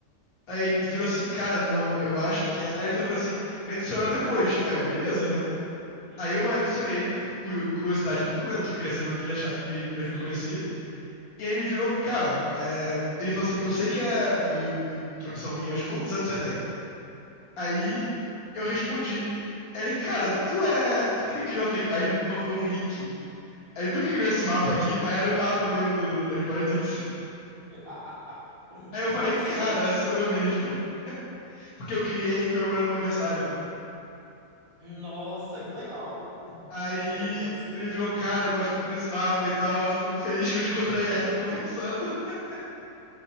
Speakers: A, on the left (about 70°); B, on the right (about 70°).
A: Aí ele virou assim, cara, não, eu acho que é. Aí ele só virou assim, me adiciona depois. Aí eu, beleza, né?
B: Uhum.
A: Aí eu adicionei ele, curio- curiosidade pura, né? Eu queria saber o que ele achava, que ele, já
B: Sim.
A: que ele me conhecia. E aí ele virou, cara, é... ele falou assim, eu sei que é meio in- intromissão minha, mas quantos anos você tem? Aí eu respondi. Aí Ele, cara, tu é. Tu que criou aquele. Aí ele mandou um link. Aí ele, tu que criou esse mapa aqui? Aí era um mapa meio do Everybody Did It. <laughs>
B: <laughs>
A: Aí
B: Nossa.
A: eu falei, cara, sou eu mesmo. <laughs> Porque eu criei comemorando meu aniversário.
B: Nossa, que legal. <laughs>
A: Aí
B: Você lembrar assim.
A: ele virou, cara, eu gosto muito desse mapa e tal. eu Fico muito feliz que eu te encontrei. Aí a gente foi conversando. <laughs>